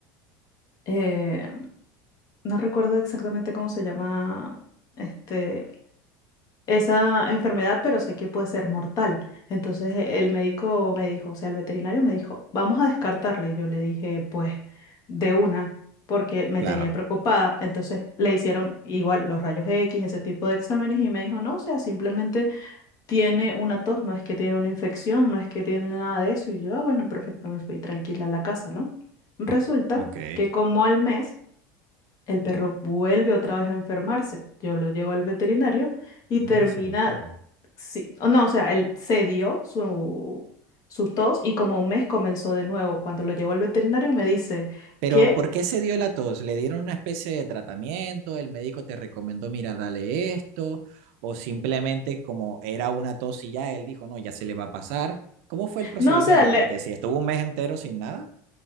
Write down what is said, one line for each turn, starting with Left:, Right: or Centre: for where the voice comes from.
Left: eh, no recuerdo exactamente cómo se llama este, esa enfermedad, pero sé que puede ser mortal. Entonces e- el médico me dijo, o sea, el veterinario me dijo, vamos a descartarla. Y yo le dije, pues, de una, porque me
Right: Claro.
Left: tenía preocupada. Entonces le hicieron igual los rayos X, ese tipo de exámenes, y me dijo, no, o sea, simplemente tiene una tos, no es que tiene una infección, no es que tiene nada de eso. Y yo, "Ah, bueno, perfecto, me fui tranquila a la casa, ¿no? Resulta
Right: Ok.
Left: que como al mes... El perro vuelve otra vez a enfermarse. Yo lo llevo al veterinario y termina,
Right: Un mes entero.
Left: sí, o no, o sea, él cedió su, su tos y como un mes comenzó de nuevo. Cuando lo llevo al veterinario me dice
Right: Pero,
Left: que,
Right: ¿por qué se dio la tos? ¿Le dieron una especie de tratamiento? ¿El médico te recomendó, mira, dale esto? ¿O simplemente como era una tos y ya él dijo, no, ya se le va a pasar? ¿Cómo fue el procedimiento?
Left: no, o sea, le,
Right: Porque si estuvo un mes entero sin nada.